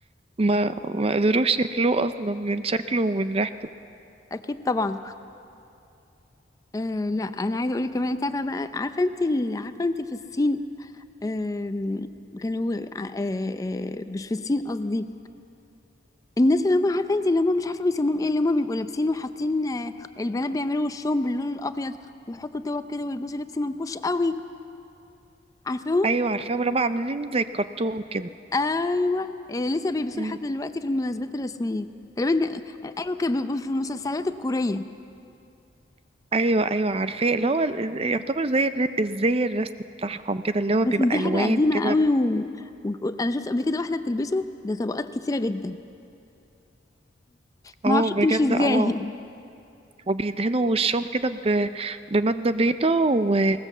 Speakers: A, on the right (about 30°); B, on the left (about 20°).
A: ما ما قدروش ياكلوه اصلا من شكله ومن ريحته
B: اكيد طبعا آه لا انا عايزه اقول لك كمان انت عارفه بقى عارفه انت ال- عارفه انت في الصين آم، كانوا آه آه مش في الصين قصدي الناس اللي هم عارفه انت اللي هم مش عارفه بيسموهم ايه اللي هم بيبقوا لابسين وحاطين آه، البنات بيعملوا وشهم باللون الابيض ويحطوا توك كده ويلبسوا لبس منفوش قوي عارفاهم
A: ايوه عارفاهم اللي هم عاملين زي الكرتون كده
B: ايوه آه، لسه بيلبسوه
A: مم.
B: لحد دلوقتي في المناسبات الرسميه تقريبا ده- ايوه كانوا بيبقوا في المسلسلات الكوريه
A: ايوه ايوه عارفاه اللي هو ال- يعتبر زي الر- زي الرسم بتاعهم كده اللي هو
B: بس
A: بيبقى
B: دي
A: الوان
B: حاجه قديمه
A: كده
B: قوي و... و... انا شفت قبل كده واحده بتلبسه ده طبقات كتيره جدا ما
A: اه
B: اعرفش
A: بجد
B: بتمشي ازاي
A: اه وبيدهنوا وشهم كده ب... بمادة بيضة و...